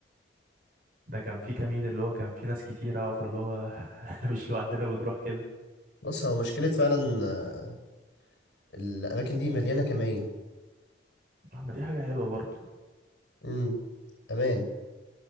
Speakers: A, on the right; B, on the left.
A: ده كان في كمين اللي هو كان في ناس كتيرة فاللي هو <laughs> احنا مش لوحدنا بنروح كده
B: بص هو مشكلة فعلا آه، الأماكن دي مليانة كمائن
A: اما دي حاجة حلوة برضو
B: امم أمان